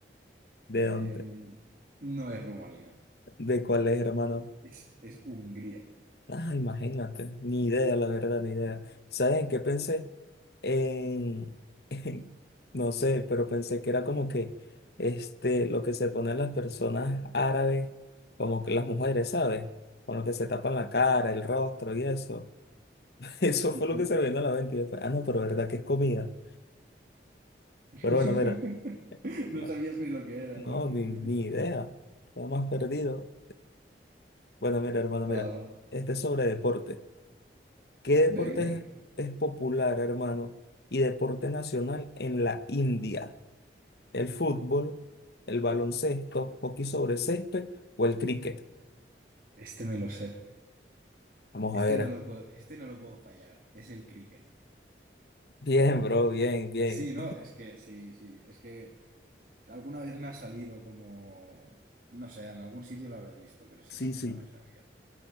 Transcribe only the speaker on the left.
de
dónde,
de cuál es, hermano.
Ah, imagínate, ni idea, la verdad, ni idea. ¿Sabes en qué pensé? En, <laughs> en- no sé, pero pensé que era como que, este, lo que se ponen las personas árabes, como que las mujeres, ¿sabes? Con lo que se tapan la cara, el rostro y eso. <laughs> Eso
fue lo que se me vino a la mente. y yo fue, ah, no, pero verdad que es comida.
Pero bueno, mira,
bueno,
no,
ni, ni idea. Estaba más perdido. Bueno, mira, hermano, mira.
Este es sobre deporte. ¿Qué deporte
es, es popular, hermano? Y deporte nacional en la India. ¿El fútbol, el baloncesto, hockey sobre césped o el cricket?
Vamos
a ver.
Bien, bro, bien, bien.
Sí,
sí.